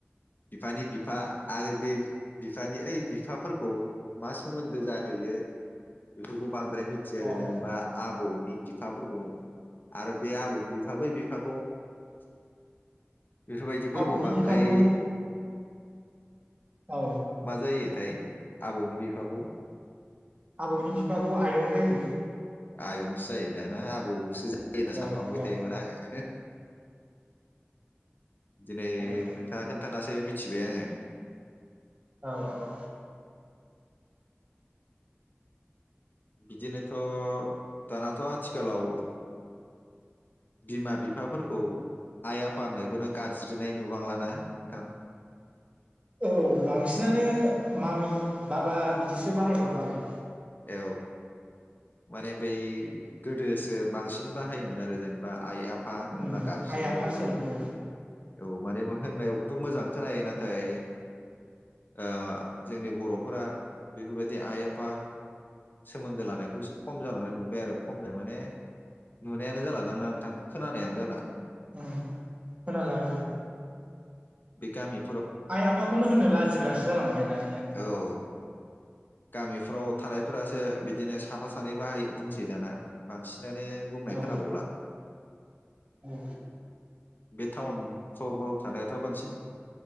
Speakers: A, on the left; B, on the right.
A: बिफानि बिफा आरो बे बिफानि ओइ बिफाफोरखौ मा सोमोन्दो जाहैयो बेफोरखौ बांद्राय मिथिया आरो
B: औ
A: जेनेबा आबौनि बिफाफोरखौ आरो बे आबौनि बिफा बै बिफाखौ <inaudible> बेफोरबायदिफोरखौ
B: आबौनि
A: बांद्राय
B: बिफाखौ औ
A: मा जायोथाय? आबौनि बिफाखौ
B: आबौनि बिफाखौ आयं जायो।
A: आयंसो जायो दा ना आबौसो जा यो होनना
B: औ
A: सानफ्लांबाय
B: औ
A: थायोमोन आङो। दिनै
B: आयं
A: नोंथाङा खोनथानासो मि थिबाय आङो।
B: औ औ
A: बिदिनोथ' दानाथ' आथिखालाव बिमा बिफाफोरखौ आइ आफा होननायखौनो गाबज्रिनाय नुबांला नोंथां?
B: औ बांसिनानो मामि बाबा बिदिसो बाहायग्रा जाबाय।
A: औ माने बै गोदोसो बांसिन बाहायोमोन आरो जेन बा आइ आ फा होनना
B: उम
A: गाबज्रिनायफोरखौ
B: आइ आफा सोदोबखौ
A: औ माने होननायावबोथ' मोजां खोनायो नाथाय ओ जोंनि बर'फोरा बेफोरबायदि आइ आफा सोमोन्दो लानायखौ एसे खम जालांनाय नुबाय आरो खमजों माने नुनायानो जालादां ना नोंथां खोना नायानो जाला
B: उम खोनाला औ
A: बे गामि
B: आइ आफाखौनो होनो लाजिग्रासो जालांबाय दानिया
A: औ गामिफ्राव थानायफोरासो बिदिनो साफा सानै बाहाय बुंसै दाना बांसिन माने
B: औ
A: बुंनाय खोनाबावला
B: औ
A: बे टाउन सहराव थानायाथ' बांसिन